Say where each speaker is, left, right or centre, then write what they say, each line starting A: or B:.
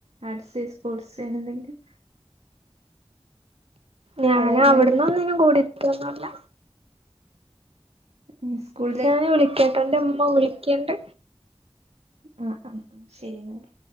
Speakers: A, on the right; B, on the right.
A: ആർട്സ് സ്പോർട്സ് അങ്ങനെ ന്തെങ്കിലും?
B: ഞാൻ
A: കലാകായിക
B: അവ്ട്ന്ന് ഒന്നിനും കൂടിട്ടോ ഒന്നൂല്ല.
A: ഇഞ്ഞി സ്കൂള്
B: ഞാന് വിളിക്കാട്ടോ ന്റെ ഇമ്മ വിളിക്ക്ണ്ട്.
A: ആഹ് ആഹ് ആഹ് ശരി ന്നാല്